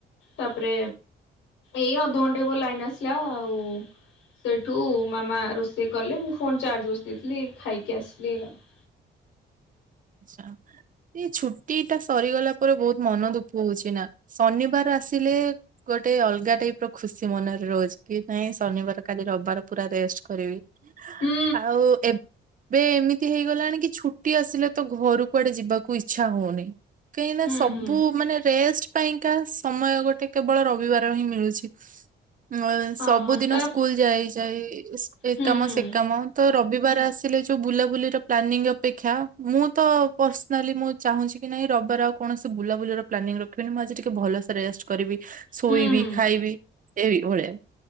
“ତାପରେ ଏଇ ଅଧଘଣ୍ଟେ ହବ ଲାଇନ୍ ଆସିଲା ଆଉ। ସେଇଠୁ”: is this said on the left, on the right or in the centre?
Left